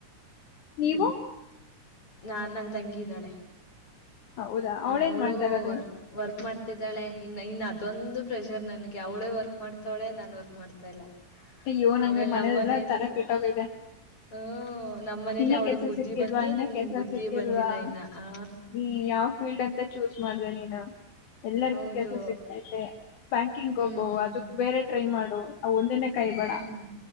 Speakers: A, on the left; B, on the left.
A: ನೀವು
B: ನಾನ್ ನನ್ ತಂಗಿ ಇದ್ದಾಳೆ
A: ಹೌದಾ ಅವಳೇನ್
B: ಅವಳ
A: ಮಾಡ್ತಾರದು
B: ವರ್ಕ್ ಮಾಡ್ತಿದ್ದಾಳೆ ಇನ್ನು ಇನ್ ಅದೊಂದು ಪ್ರೆಷರ್ ನನ್ಗೆ ಅವಳೇ ವರ್ಕ್ ಮಾಡ್ತಾವಳೆ ನಾನ್ ವರ್ಕ್ ಮಾಡ್ತಾ ಇಲ್ಲ
A: ಅ್ಯವ ನಂಗೆ
B: ಆಮೇಲೆ
A: ಮನೆಲೆಲ್ಲ
B: ನಮ್ಮನೇಲಿ
A: ತಲೆ ಕೆಟ್ಟಾಗುತ್ತೆ
B: ಹ್ಮ್ ನಮ್ಮನೇಲಿ
A: ಇನ್ನ
B: ಅವಳಿಗ್
A: ಕೆಲಸ
B: ಬುದ್ಧಿ
A: ಸಿಕ್ಕಿಲ್ವಾ
B: ಬಂತು
A: ಇನ್ನ
B: ನಿಂಗ್
A: ಕೆಸ
B: ಬುದ್ಧಿ
A: ಸಿಕ್ಕಿಲ್ವಾ
B: ಬಂದಿಲ್ಲ ಇನ್ನ ಆ
A: ನೀ ಯಾವ್ ಫೀಲ್ಡ್ ಅಂತ ಚೂಸ್ ಮಾಡ್ದೆ ನೀನು ಎಲ್ಲರಿಗೂ
B: ಹೌದು.
A: ಕೆಲ್ಸ ಸಿಗ್ತಾತೆ ಬ್ಯಾಂಕಿಂಗ್
B: ಹ್ಮ್
A: ಹೋಗೋ
B: ಹ್ಮ್
A: ಅದಕ್ ಬೇರೆ ಟ್ರೈ ಮಾಡು ಒಂದನೆ ಕೈ ಬಡಾ
B: ಹ್ಮ್